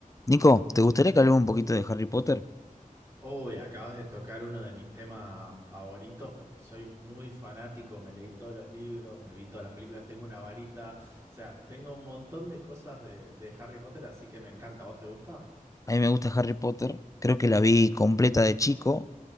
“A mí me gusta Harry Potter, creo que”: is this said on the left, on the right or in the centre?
Left